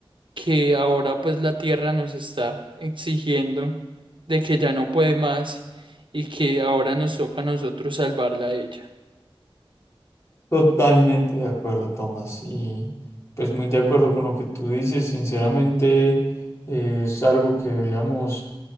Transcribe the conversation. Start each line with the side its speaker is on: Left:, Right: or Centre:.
Right: que ahora pues la Tierra nos está exigiendo de que ya no puede más y que ahora nos toca a nosotros salvarla a ella.
Left: Totalmente de acuerdo, Tomás, y pues muy de acuerdo con lo que tú dices. Sinceramente, eh, es algo que, digamos,